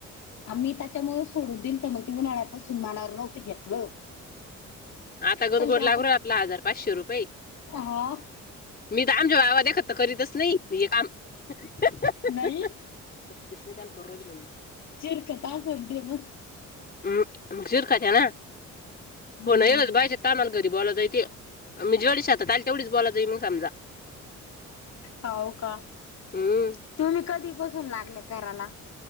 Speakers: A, on the left (about 60°); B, on the left (about 30°).
A: आम्ही त्याच्यामुंळ सोडून दिलत मग ते उन्हाळ्यापासून मनावर नव्हतं घेतलं.
B: आता कस
A: पण
B: गोड
A: ते आता
B: लागलोन आपला हजार, पाचशे रुपये.
A: हा
B: मी तर आमच्या भावा देखत तर करीतच नाहीे हे काम. मग
A: नाही
B: तिसने कॉल करुन राहीली ना मी.
A: चिरकत आसल ते मग.
B: हम् मग चिरकात्या ना
A: हम्म
B: फोन येल बायच्या तामाला घरी बोलाताय ते. मी जेवढी शांतता आहे तेवढीच बोला जाई मग समजा.
A: हो का
B: हम्म
A: तुम्ही कधी बसून लागले. करायला